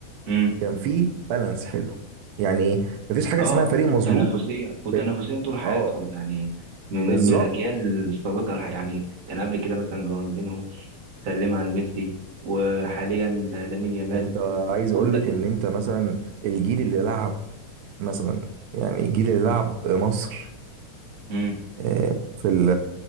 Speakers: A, on the right (about 45°); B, on the right (about 80°).
A: امم
B: كان في بالانس حلو يعني ايه مفيش حاجه
A: اه
B: اسمها فريق مظلوم
A: وتنافسيه وتنافسيه
B: ب...
A: طول حياتهم
B: اه
A: يعني من,
B: بالظبط
A: من الاجيال السابقه الح- يعني كان قبل كده مثلا رونالدينهو سلمها لميسي وحاليا لامين يامال
B: انت عايز
A: كل
B: اقول لك ان انت مثلا الجيل اللي لعب مثلا يعني الجيل اللي لعب مصر
A: دي
B: آه، في ال...